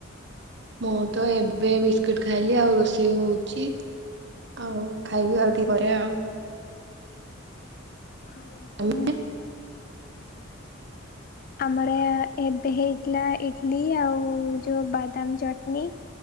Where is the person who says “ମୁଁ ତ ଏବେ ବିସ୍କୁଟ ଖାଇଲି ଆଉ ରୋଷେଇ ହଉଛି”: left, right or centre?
Right